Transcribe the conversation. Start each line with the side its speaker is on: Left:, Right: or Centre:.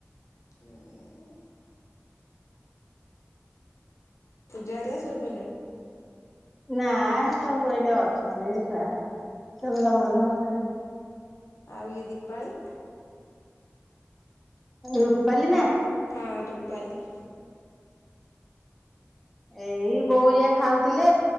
Left: ହୁଁ। ପୂଜା ହେରିଆ ଶୋଇ ପଇଲେଣି?
Centre: ନାଇଁ ସବୁ ଏଇଠି ଅଛନ୍ତି ଛୁଆ ଚଗଲା ବଗଲା ହଉଚନ୍ତି।
Left: ଆଉ ଇଏ ଦୀପାଳି?
Centre: ରୂପାଲି ନା।
Left: ହଁ ରୂପାଲି।
Centre: ଏଇ ବଉରିଆ ଖାଉଥିଲେ